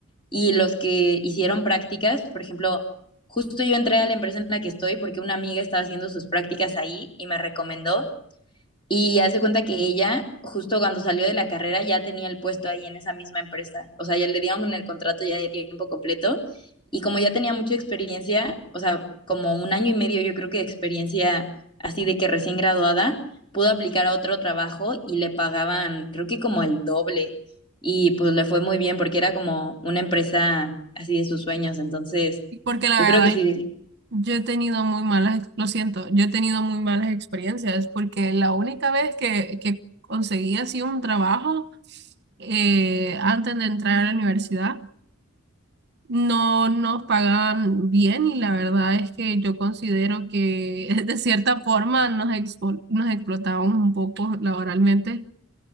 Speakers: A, on the left (about 25°); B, on the right (about 50°).
A: Y los que hicieron prácticas, por ejemplo, Justo yo entré a la empresa en la que estoy porque una amiga estaba haciendo sus prácticas ahí y me recomendó. Y hace cuenta que ella, justo cuando salió de la carrera, ya tenía el puesto ahí en esa misma empresa. O sea, ya le dieron el contrato ya de tiempo completo. Y como ya tenía mucha experiencia, o sea, como un año y medio yo creo que de experiencia así de que recién graduada, pudo aplicar a otro trabajo y le pagaban creo que como el doble. Y pues le fue muy bien porque era como una empresa así de sus sueños. Entonces,
B: Porque la
A: yo
B: verdad,
A: creo que sí,
B: yo he tenido muy malas, ex- lo siento, yo he tenido muy malas experiencias, porque la única vez que, que conseguí así un trabajo eh, antes de entrar a la universidad, No nos pagan bien y la verdad es que yo considero que <laughs> de cierta forma nos, expo- nos explotaban un poco laboralmente